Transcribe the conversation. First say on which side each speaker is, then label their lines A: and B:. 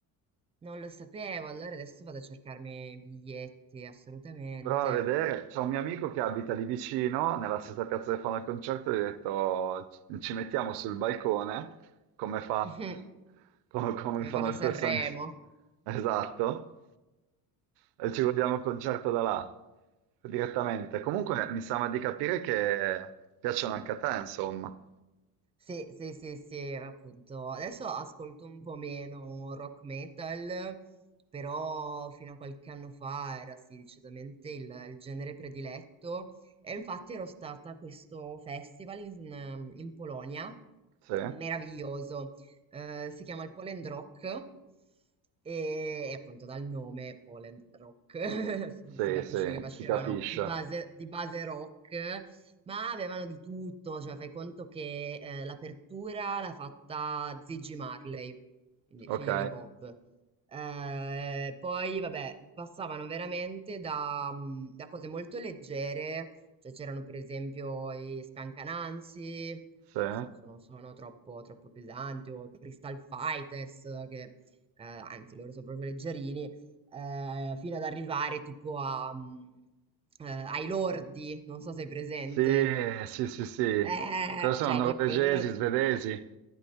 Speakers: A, on the right; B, on the right.
A: non lo sapevo, allora adesso vado a cercarmi i biglietti, assolutamente.
B: prova a vedere, c'è un mio amico che abita lì vicino, nella stessa piazza dove fanno il concerto, e gli ho detto "Ci- ci mettiamo sul balcone, come fa-
A: <laughs>
B: come- come
A: Come
B: fanno
A: fanno a
B: le
A: Sanremo.
B: persone. Esatto, e ci guardiamo il concerto da là, direttamente. Comunque mi sembra di capire che piacciono anche a te, insomma.
A: Sì, sì, sì, sì, appunto. Adesso ascolto un po' meno rock metal, però fino a qualche anno fa era sì, decisamente il, il genere prediletto. E infatti ero stata a questo festival in, in Polonia,
B: Sì,
A: meraviglioso. Eh, si chiama il Poland Rock e, e appunto dal nome Poland Rock <laughs> si,
B: sì,
A: si capisce
B: sì,
A: che facevano
B: si capisce.
A: di base, di base rock Ma avevano di tutto, cioè fai conto che, ehm, l'apertura l'ha fatta Ziggy Marley, quindi figlio
B: Ok,
A: di Bob. Ehm, poi vabbè, passavano veramente da, mhmm, da cose molto leggere, cioè c'erano per esempio i Scancanansi, che
B: sì.
A: nel senso non sono troppo, troppo pesanti, o i Crystal Fighters che, ehm, anzi loro sono proprio leggerini, eh, fino ad arrivare tipo a, mh, eh, ai lordi, non so se hai presente.
B: Sì, sì, sì, sì.
A: Eh,
B: Cosa sono?
A: cioè che
B: Norvegesi,
A: quello,
B: svedesi?